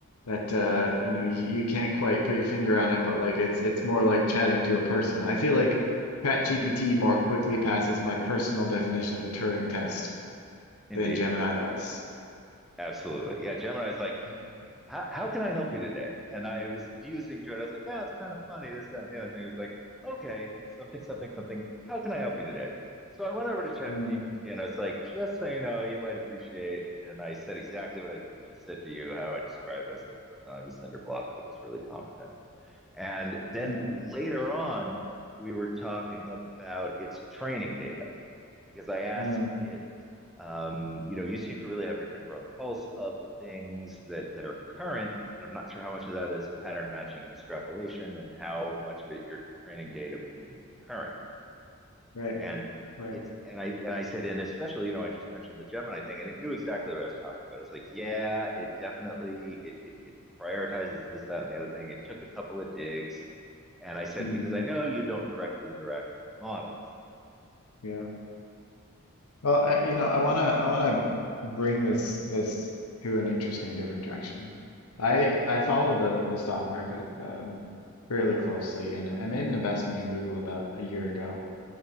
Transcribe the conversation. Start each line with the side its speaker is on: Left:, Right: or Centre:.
Left: that uh you know you, you can't quite put your finger on it, but like it's it's more like chatting to a person. I feel like ChatGPT more quickly passes my personal definition of a Turing test
Centre: Indeed.
Left: than Gemini does.
Centre: Absolutely. Yeah, Gemini's like,
Left: Mm,
Centre: how, how can I help you today? And I was musing through it. I was like, yeah, it's kind of funny, this, that, and the other thing. It was like, okay, something, something, something. How can I help you today? So I went over to ChatGPT
Left: mm,
Centre: and I was like, just so you know, you might appreciate. And I said exactly what I just said to you, how I described it. I said, the person I have a cinder block, but it's really competent. And then
Left: mm,
Centre: later on, we were talking about its training data because I asked
Left: mm.
Centre: it, um, you know, you seem to really have your finger on the pulse of things that that are current, and I'm not sure how much of that is pattern matching and extrapolation, and how much of it your training data being current.
Left: Right,
Centre: And
Left: right.
Centre: it's and I and I said, and especially, you know, I just mentioned the Gemini thing, and it knew exactly what I was talking about. It was like, yeah, it definitely it, it it prioritizes this, that, and the other thing. It took a couple of digs, and I said
Left: Mm,
Centre: because I know you don't directly interact with models.
Left: yeah. Well, I, you know, I wanna I wanna bring this this to an interesting different direction. I I follow the the stock market um, fairly closely, and I made an investment in Google about a year ago.